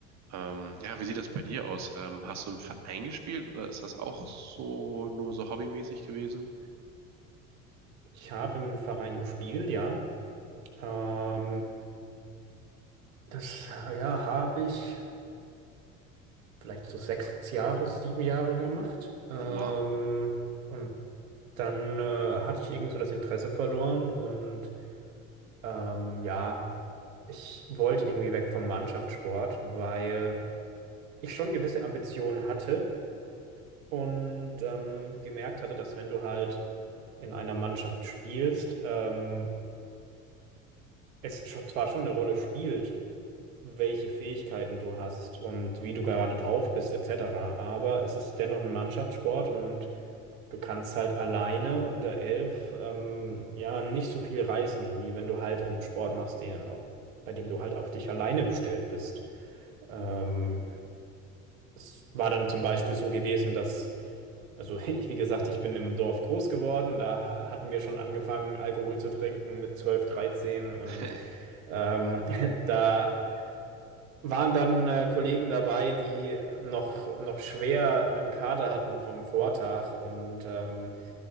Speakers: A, on the right; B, on the right.
A: Ähm, ja, wie sieht das bei dir aus? Ähm, hast du im Verein gespielt oder ist das auch so nur so hobbymäßig gewesen?
B: Ich habe im Verein gespielt, ja. Ähm, Das, ja, habe ich vielleicht so sechs Jahre, sieben Jahre gemacht. Ähm,
A: Wow.
B: und dann äh, hatte ich irgendwie so das Interesse verloren und ähm, ja, ich wollte irgendwie weg vom Mannschaftssport, weil ich schon gewisse Ambitionen hatte und ähm, gemerkt hatte, dass wenn du halt in einer Mannschaft spielst, ähm, es scho- zwar schon eine Rolle spielt, welche Fähigkeiten du hast und wie du gerade drauf bist, etc. Aber es ist dennoch ein Mannschaftssport und du kannst halt alleine unter elf ähm, ja nicht so viel reißen, wie wenn du halt einen Sport machst, den, bei dem du halt auf dich alleine gestellt bist. Ähm, es war dann zum Beispiel so gewesen, dass, also <laughs> ich, wie gesagt, ich bin im Dorf groß geworden, da ha- hatten wir schon angefangen, Alkohol zu trinken mit 12, dreizehn und
A: <laughs>
B: ähm, <laughs> da waren dann äh, Kollegen dabei, die noch, noch schwer einen Kater hatten vom Vortag und ähm,